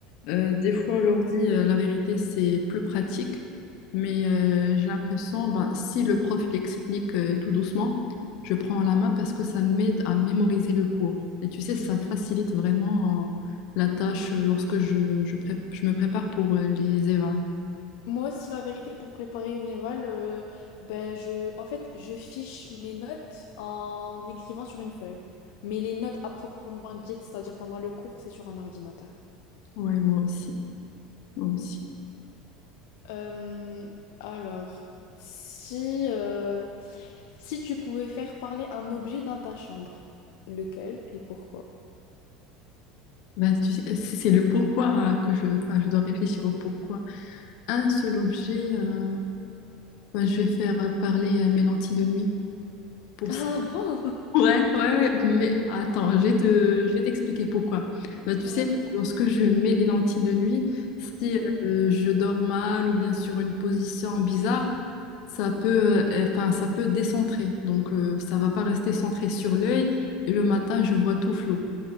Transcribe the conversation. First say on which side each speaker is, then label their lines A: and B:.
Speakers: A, on the left; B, on the left.
A: euh, des fois, l'ordi, euh, la vérité, c'est plus pratique. Mais euh, j'ai l'impression, bah, si le prof il explique euh, tout doucement, je prends à la main parce que ça m'aide à mémoriser le cours. Et tu sais, ça facilite vraiment euh, la tâche euh, lorsque je, je, prép- je me prépare pour euh, les évals.
B: Moi aussi, la vérité, pour préparer une éval, euh, ben je, en fait, je fiche mes notes en écrivant sur une feuille. Mais les notes à proprement dites, c'est-à-dire pendant le cours, c'est sur un ordinateur.
A: Ouais, moi aussi. Moi aussi.
B: Euh, alors, si, euh, si tu pouvais faire parler un objet dans ta chambre, lequel et pourquoi?
A: Ben, tu sais, c'est c'est le pourquoi euh, que je, enfin, je dois réfléchir au pourquoi. Un seul objet, euh, ben, je vais faire euh, parler euh, mes lentilles de nuit pour
B: Ah
A: ça.
B: bon?
A: Ouais, ouais, ouais, mais attends, je vais te, je vais t'expliquer pourquoi. Ben, tu
B: Ouais.
A: sais, lorsque je mets les lentilles de nuit,
B: <laughs>
A: si euh, je dors mal ou bien sur une position bizarre, ça peut, euh, enfin, ça peut décentrer. Donc, euh, ça va pas rester centré sur l'œil et le matin, je vois tout flou.